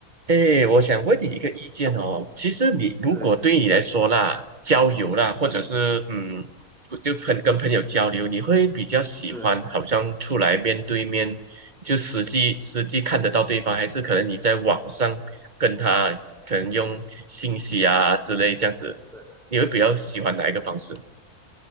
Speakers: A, on the right; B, in the centre.
A: 哎，我想问你一个意见哦。其实你如果对你来说啦，
B: 是
A: 交友啦，或者是嗯，不就朋跟朋友交流，你会比较喜欢好像出来面对面，
B: 是
A: 就实际实际看得到对方，还是可能你在网上跟他可能用信息啊之类这样子，
B: 是，
A: 你会比较喜欢哪一个方式？